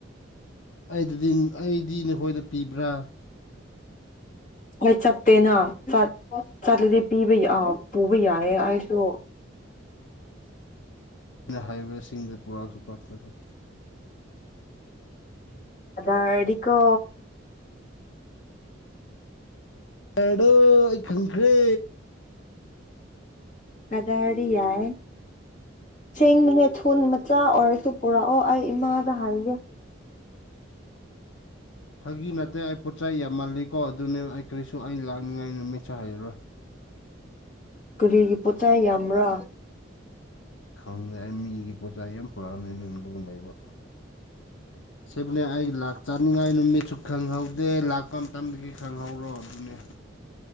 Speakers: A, on the left; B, on the left.
A: ꯑꯩꯗꯗꯤ ꯑꯩꯗꯤ ꯅꯈꯣꯏꯗ ꯄꯤꯕ꯭ꯔꯥ
B: ꯍꯣꯏ ꯆꯠꯇꯦꯅ ꯆ ꯆꯠꯂꯗꯤ ꯄꯤꯕ ꯌꯥ ꯄꯨꯕ ꯌꯥꯏꯌꯦ ꯑꯩ ꯇ
A: ꯍꯥꯏꯋꯦꯁꯤꯡꯗ ꯄꯨꯔꯥꯛꯁꯨ ꯄꯨꯔꯛꯇ꯭ꯔꯁꯨ
B: ꯑ ꯑꯅꯤꯀꯣ
A: ꯑꯦꯗꯣ ꯑꯩ ꯈꯪꯈ꯭ꯔꯦ
B: ꯑꯗꯨꯗꯥꯔꯗꯤ ꯌꯥꯏ ꯁꯦꯡꯕꯅꯦ ꯊꯨ ꯃꯆꯥ ꯑꯣꯏꯔꯁꯨ ꯄꯨꯔꯛꯑꯣ ꯑꯩ ꯏꯃꯥꯗ ꯍꯥꯏꯒꯦ
A: ꯐꯥꯒꯤ ꯅꯠꯇꯦ ꯑꯩ ꯄꯣꯠꯆꯩ ꯌꯥꯝꯃꯜꯂꯤꯀꯣ ꯑꯗꯨꯅꯦ ꯑꯩ ꯀꯔꯤꯁꯨ ꯑꯩ ꯂꯥꯛꯅꯤꯡꯉꯥꯏ ꯅꯨꯃꯤꯠꯁꯨ ꯍꯥꯏꯔꯔꯣꯏ
B: ꯀꯔꯤ ꯄꯣꯆꯥꯏ ꯌꯥꯝꯔ
A: ꯈꯪꯗꯦ ꯃꯤꯒꯤ ꯄꯣꯠꯆ ꯌꯥꯝ ꯄꯨꯔꯛꯑꯅꯤꯗꯨ ꯂꯩꯕ ꯁꯤꯕꯨꯅꯦ ꯑꯩ ꯂꯥꯛ ꯆꯅꯤꯡꯉꯥꯏ ꯅꯨꯃꯤꯠꯁꯨ ꯈꯪꯍꯧꯗꯦ ꯂꯥꯛꯄ ꯃꯇꯝꯗꯒꯤ ꯈꯪꯍꯧꯔꯣ ꯑꯗꯨꯅꯤ